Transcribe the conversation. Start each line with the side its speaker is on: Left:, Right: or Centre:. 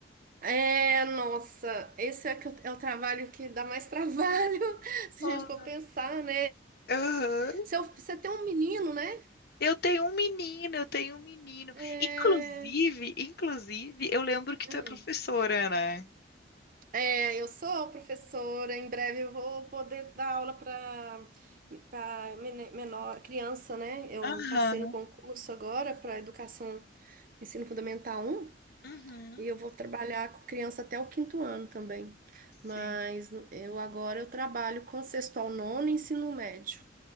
Right: É, nossa, esse é, que eu- é o trabalho que dá mais trabalho, <laughs> se
Left: Ah,
Right: a gente for pensar, né?
Left: Aham.
Right: Se eu- você tem um menino, né?
Left: Eu tenho um menino, eu tenho um menino.
Right: É.
Left: Inclusive, inclusive, eu lembro que tu
Right: ah.
Left: é professora, né?
Right: É, eu sou professora, em breve eu vou poder dar aula para para menor criança, né? Eu
Left: Aham.
Right: passei no concurso agora para educação ensino fundamental um
Left: Uhum.
Right: e eu vou trabalhar com criança até o quinto ano também.
Left: Sim.
Right: Mas eu agora eu trabalho com sexto ao nono e ensino médio.